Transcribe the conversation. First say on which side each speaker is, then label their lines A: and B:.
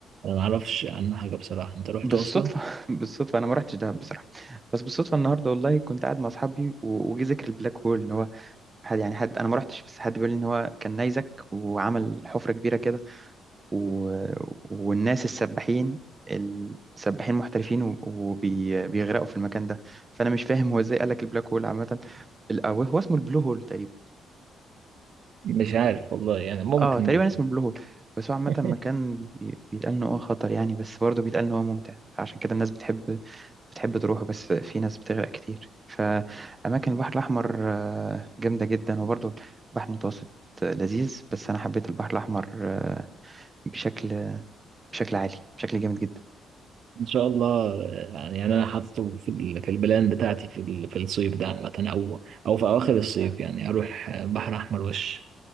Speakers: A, on the right; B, on the right.
A: ما اعرفش عنه حاجه بصراحه انت رحت
B: بالصدفة
A: اصلا
B: <laughs> بالصدفة أنا ما رحتش دهب بصراحة بس بالصدفة النهاردة والله كنت قاعد مع أصحابي و- وجي ذكر البلاك هول إن هو حد يعني حد أنا ما رحتش بس حد بيقول لي إن هو كان نيزك وعمل حفرة كبيرة كده و... والناس السباحين السباحين محترفين وبيغرقوا في المكان ده فأنا مش فاهم هو إزاي قال لك البلاك هول عامة ال- أو هو اسمه البلو هول تقريبا
A: مش عارف والله يعني ممكن
B: أه تقريبا
A: ب...
B: اسمه البلو هول بس هو عامة
A: <laughs>
B: مكان بي- بيتقال إن هو خطر يعني بس برضه بيتقال إن هو ممتع فعشان كده الناس بتحب بتحب تروحه بس في ناس بتغرق كتير فأماكن البحر الأحمر آه، جامدة جدا وبرضه البحر المتوسط آه، لذيذ بس أنا حبيت البحر الأحمر آه، بشكل بشكل عالي بشكل جامد جدا
A: ان شاء الله يعني انا حاطه في ال- في البلان بتاعتي في ال- في الصيف ده عامه او او في اواخر الصيف يعني اروح بحر احمر وش